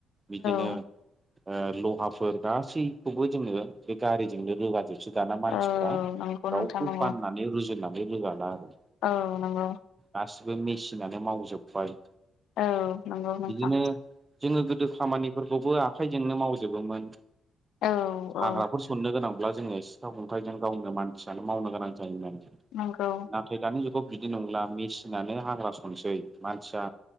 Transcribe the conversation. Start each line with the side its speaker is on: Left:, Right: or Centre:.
Right: बिदिनो
Left: औ
Right: ओ लहाफोर गासैखौबो जोङो बे गारिजोंनो रोगाजोबनो रोगाना दाना मानसिफ्रा
Left: औ नंगौ
Right: रावखौ
Left: नोंथां नंगौ
Right: फाननानै रुजुनानै रोगाला आरो
Left: औ नंगौ।
Right: गासिबो बे मेसिनानो मावजोबबाय
Left: औ नंगौ नोंथां।
Right: बिदिनो जोङो गोदो खामानिफोरखौबो आखाइजोंनो मावजोबोमोन।
Left: औ
Right: हाग्राफोर
Left: औ
Right: संनो गोनांब्ला जोङो सिथाव खन्थाइजों गावनो मानसियानो मावनो गोनां जायोमोन
Left: नंगौ
Right: नाथाय दानि जुगाव बिदि नंला मेसिनानो हाग्रा सनसै मानसिया